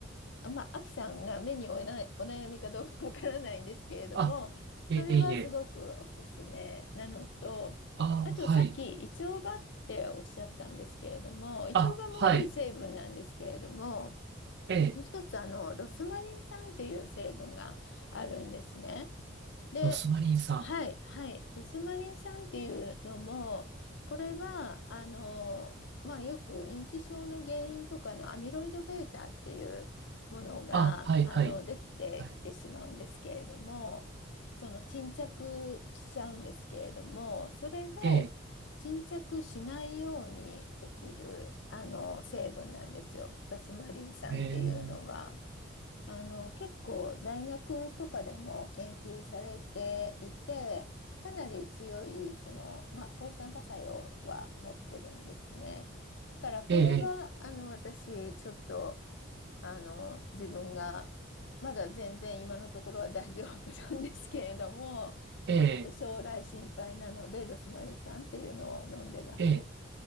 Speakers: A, on the left (about 65°); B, on the right (about 60°).
A: あまあ、アキさんが目に負えないお悩みかどうかわからないんですけれども、
B: あ、ええ、
A: それはすごくおすすめなのと、
B: いえ。ああ、
A: あとさっきイチョウバっておっしゃったんですけれども、
B: はい。
A: イチョウバもいい成分なんですけれども、
B: あ、はい。ええ、
A: もう一つあのロスマリン酸っていう成分があるんですね。で、
B: ロスマリンさん。
A: はい、はい、ロスマリン酸っていうのも、これは、あの、まあ、よく認知症の原因とかのアミロイド β っていうものが、
B: あ、はい、
A: あの、
B: はい。
A: できてきてしまうんですけれども、
B: はい。
A: その沈着しちゃうんですけれども、それを沈着しないようにできる、
B: ええ、
A: あの、成分なんですよ、ロスマリン酸っていうのは。
B: ええ、
A: あの、結構大学とかでも研究されていて、かなり強い、その、まあ、抗酸化作用は持ってるんですね。だから、これは、
B: ええ、
A: あの、私、ちょっと、あの、自分が、まだ全然今のところは大丈夫なんですけれども、
B: ええ、
A: ちょっと将来心配なので、ロスマリン酸っていうのを飲んでます。
B: ええ